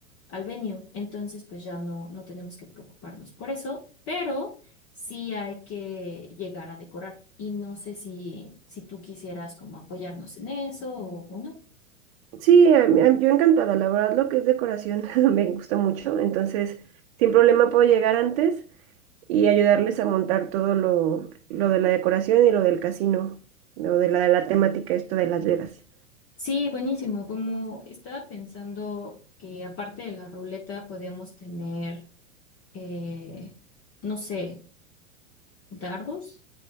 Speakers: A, on the left; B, on the right.
A: al venue. Entonces pues ya no, no tenemos que preocuparnos por eso, pero sí hay que llegar a decorar. Y no sé si, si tú quisieras como apoyarnos en eso o o no.
B: Sí, a mí- a- yo encantada, la verdad lo que es decoración <laughs> me gusta mucho, entonces sin problema puedo llegar antes y ayudarles a montar todo lo, lo de la decoración y lo del casino, lo de la, de la temática esto de Las Vegas.
A: Sí, buenísimo. Como estaba pensando que aparte de la ruleta podíamos tener, eh, no sé, dardos,